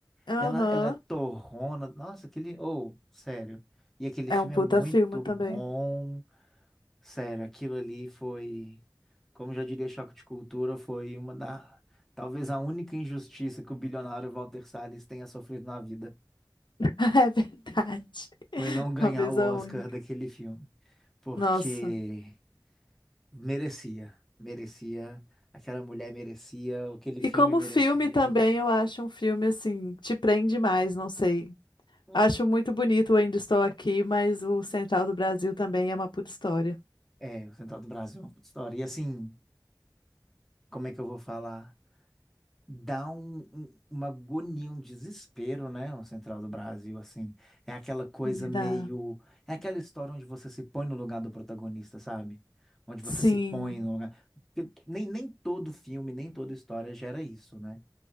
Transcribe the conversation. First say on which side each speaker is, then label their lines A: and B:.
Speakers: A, on the left (about 80°); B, in the centre.
A: Aham.
B: Ela, ela é torrona. Nossa, aquele. Oh, sério. E aquele
A: É
B: filme
A: um puta
B: é muito
A: filme também.
B: bom. Sério, aquilo ali foi. Como já diria Choque de Cultura, foi uma da. Talvez a única injustiça que o bilionário Walter Salles tenha sofrido na vida.
A: <laughs> É verdade.
B: Foi não ganhar
A: Talvez
B: o
A: a
B: Oscar
A: única.
B: daquele filme. Porque.
A: Nossa.
B: Merecia, merecia. Aquela mulher merecia, aquele
A: E
B: filme
A: como
B: merecia.
A: filme também, eu acho um filme assim, te prende mais, não sei.
B: Hum.
A: Acho muito bonito o Ainda Estou Aqui, mas o Central do Brasil também é uma puta história.
B: É, o Central do Brasil é uma puta história. E assim, como é que eu vou falar? Dá um, um- uma agonia, um desespero, né? O Central do Brasil, assim. É aquela coisa
A: Dá.
B: meio. É aquela história onde você se põe no lugar do protagonista, sabe? Onde você
A: Sim.
B: se põe no lugar. Porque nem, nem todo filme, nem toda história gera isso, né?